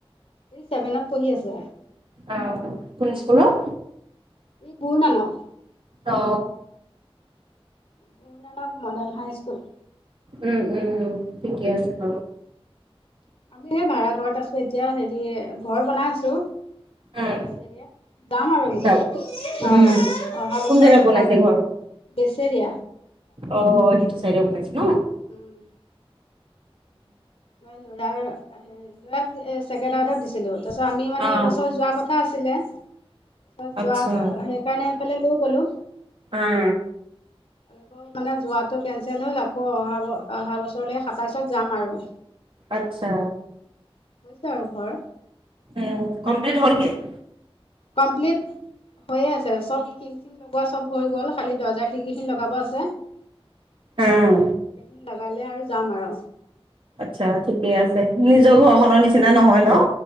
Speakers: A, on the left; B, on the right.
A: চেভেনত পঢ়ি আছে।
B: অ কোন স্কুলত?
A: এই গুৰু নানক।
B: অ।
A: Guru Nanak model high school.
B: উম উম ঠিকে আছে, হ
A: আমি সেই ভাড়া ঘৰত আছো, এতিয়া হেৰি ঘৰ বনাই আছো।
B: উম
A: বেচ দিয়ে যাম আৰু
B: যাওক
A: অ
B: উম
A: অহা
B: কোন
A: বছৰলৈ
B: জেগাত বনাইছে
A: যাম আৰু।
B: ঘৰ
A: বেছেৰিয়া।
B: অ সেইটো চাইডে বনাইছো ন।
A: উম মই লৰাৰ লৰাক ছেকেণ্ড হাৰ্ডত দিছিলো। তাৰপাছত আমি মানে
B: অ
A: এইবছৰ যোৱাৰ কথা আছিলে। তেতিয়া
B: আচ্ছা
A: যোৱা সেইকাৰণে এইফালে লৈ গলো।
B: অ
A: আকৌ মানে যোৱাটো কেনচেল হ'ল আকৌ অহা অহা বছৰলৈ সাতাইছত যাম আৰু।
B: আচ্ছা,
A: হৈছে আৰু ঘৰ
B: উম কমপ্লিট হলগে। <unintelligible>
A: কমপ্লিট হৈয়ে আছে চব টিং চিং লগোৱা চব হৈ গ'ল। খালি দৰ্জা খিৰিকি খিনি লগাব আছে সেইখিনি
B: উম,
A: লগালে আৰু যাম আৰু
B: আচ্ছা ঠিকে আছে নিজৰ ঘৰখনৰ নিচিনা নহয় ন